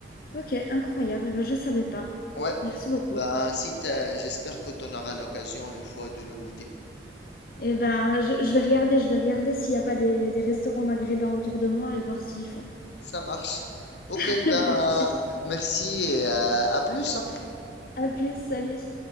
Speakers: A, on the left (about 50°); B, on the left (about 75°).
A: Ok, incroyable. Eh Ben, je ne savais pas.
B: Ouais.
A: Merci beaucoup.
B: Bah, si t'as- j'espère que tu en auras l'occasion une fois de le goûter.
A: Et ben, je, je vais regarder, je vais regarder s'il n'y a pas des, des restaurants maghrébins autour de moi et voir s'ils font.
B: Ça marche. Ok,
A: <laughs>
B: bah,
A: Merci.
B: merci et euh, à plus. hein.
A: À plus, salut.